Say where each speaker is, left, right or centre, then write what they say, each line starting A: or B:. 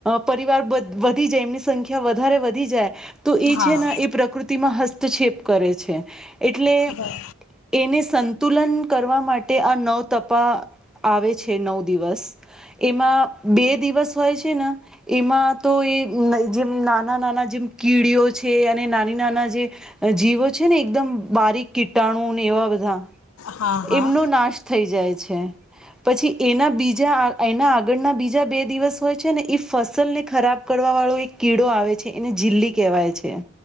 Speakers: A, in the centre; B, on the left.
A: પરિવાર વધી જાય એમની સંખ્યા વધારે વધી જાય. તો એ છે
B: હા
A: ને એ પ્રકૃતિમાં હત ક્ષપ કરે છે એટલે
B: બ-
A: એને સંતુલન કરવા માટે આ નવ તપા આવે છે નવ દિવસ એમાં બે દિવસ હોય છે, ને એમાં તો એ જેમ નાના નાના જેમ કિ કીડીઓ છે અને નાની નાના જે. જીવો છે ને એકદમ બારીક કીટાણુ ને એવા બધા.
B: હા હા
A: એમનો નાશ થઈ જાય છે પછી એના બીજા એના આગળના બીજા બે દિવસ હોય છે, ને એ ફસલ ને ખરાબ કરવા વાળો એક કીડો આવે છે એને જીલી કહેવાય છે.